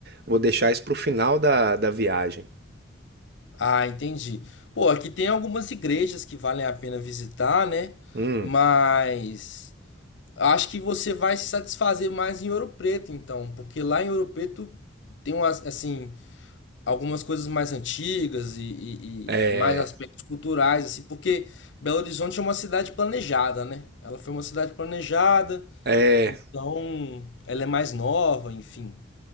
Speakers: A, on the right; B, on the left.
A: vou deixar isso pro final da, da viagem.
B: Ah, entendi. Pô, aqui tem algumas igrejas que valem a pena visitar, né?
A: Hum,
B: Mas acho que você vai se satisfazer mais em Ouro Preto, então, porque lá em Ouro Preto tem umas, assim, algumas coisas mais antigas e, e-
A: é,
B: e mais aspectos culturais, assim, porque Belo Horizonte é uma cidade planejada, né? Ela foi uma cidade planejada,
A: é.
B: então ela é mais nova, enfim,